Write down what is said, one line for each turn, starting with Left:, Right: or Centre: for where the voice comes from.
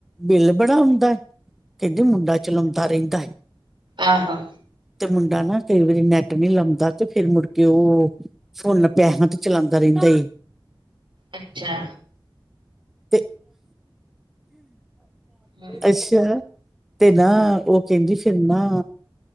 Centre: ਬਿੱਲ ਬੜਾ ਆਉਂਦਾ, ਕਹਿੰਦੀ ਮੁੰਡਾ ਚਲਾਉਂਦਾ ਰਹਿੰਦਾ ਹੈ।
Right: ਆਹ ਹਾਂ।
Centre: ਤੇ ਮੁੰਡਾ ਨਾ ਕਈ ਵਾਰੀ ਨੈੱਟ ਨੀ ਲਾਉਂਦਾ ਤੇ ਫਿਰ ਮੁੜਕੇ ਉਹ ਫੋਨ ਪੈਸਿਆਂ ਤੇ ਚਲਾਉਂਦਾ ਰਹਿੰਦਾ।
Right: ਅੱਛਾ।
Centre: ਤੇ,
Right: ਹਮ
Centre: ਅੱਛਾ। ਤੇ ਨਾ, ਉਹ ਕਹਿੰਦੀ ਫਿਰ ਨਾ